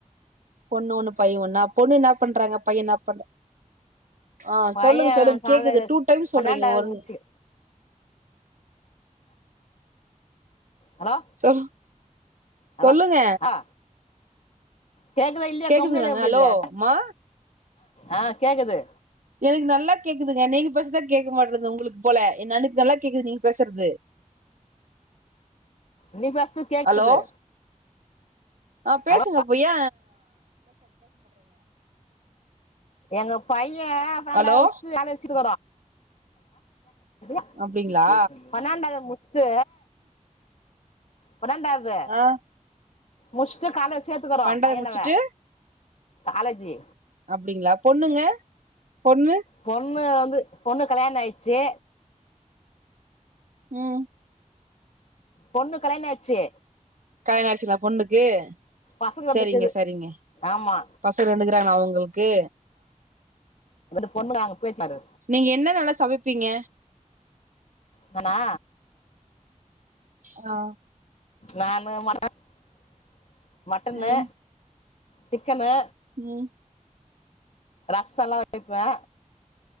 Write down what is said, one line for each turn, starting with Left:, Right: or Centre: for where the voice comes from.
Right: பொண்ணு ஒண்ணு பைய ஒன்னா பொண்ணு என்ன பண்றாங்க பைய என்ன பண்ற ஆ
Left: பைய
Right: சொல்லுங்க சொல்லுங்
Left: காலைல
Right: கேக்குது டூ டைம்ஸ்
Left: பன்னெண்டாவது
Right: சொல்றீங்க ஒன்
Left: முடிச்சு ஹலோ
Right: ச சொ
Left: ஹலோ
Right: சொல்லுங்க
Left: ஆ கேக்குதா இல்லயா
Right: கேக்குதுங்களாங்க
Left: கம்னது எப்டித
Right: ஹலோ மா
Left: ஆ கேக்குது
Right: எனக்கு நல்லா கேக்குதுங்க நீங்க பேசுரதா கேட்க மாட்டறது உங்ளுக்கு போல என் அனுக்கு நல்லா கேக்குது நீங்க பேசுறது
Left: நீ பேஸ்து கேக்குது
Right: ஹலோ ஆ பேசுங்க
Left: ஹலோ
Right: அப்ப எய
Left: எங்க பைய பண்டாவது
Right: ஹலோ
Left: <unintelligible>
Right: அப்டிங்களா
Left: பன்னெண்டாது முடி <unintelligible> பன்னெண்டாது
Right: ஆ
Left: முஷ்டு காலேஜ் சேத் க்கறோம
Right: பண்றத
Left: பையனவ
Right: முடிச்சுட்டு
Left: காலேஜ்ஜு
Right: அப்டிங்ளா பொண்ணுங்க பொண்ணு
Left: பொண்ணு வந்து பொண்ணு கல்யாண ஆயிச்சு
Right: ம்
Left: பொண்ணு கலயணாச்சு
Right: கல்யாண ஆயிடுச்சுங்களா பொண்ணுக்கு
Left: பசங்க
Right: சரிங்க
Left: இருக்குது
Right: சரிங்க
Left: ஆமா
Right: பசங்க நின்னுக்குறாங்களா அவுங்களுக்கு
Left: அந்த பொண்ணு அங்க போய் பாரு.
Right: நீங்க என்ன நல்லா சமப்பீங்க
Left: நானா
Right: ஆ
Left: நானு ம <inaudible> மட்டன்னு
Right: ம்
Left: சிக்கன்னு
Right: ம்
Left: ரசோல்லா இருக்கா